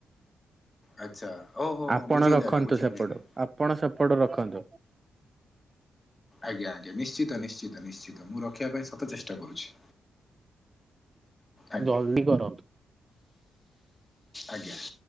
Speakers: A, on the left; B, on the right.
A: ଆଚ୍ଛା ଓହୋ ହୋ
B: ଆପଣ
A: ବୁଝିଗଲି
B: ରଖନ୍ତୁ
A: ଆଜ୍ଞା ବୁଝିଗଲି
B: ସେପଟୁ,
A: ଆଜ୍ଞା
B: ଆପଣ ସେପଟୁ ରଖନ୍ତୁ।
A: ଆଜ୍ଞା ଆଜ୍ଞା ନିଶ୍ଚିତ ନିଶ୍ଚିତ। ନିଶ୍ଚିତ ମୁଁ ରଖିବା ପାଇଁ ସତ ଚେଷ୍ ଷ୍ଟ କରୁଛି। ଆଜ୍ଞା
B: ଜଲଦି କରନ୍ତୁ।
A: ଆଜ୍ଞା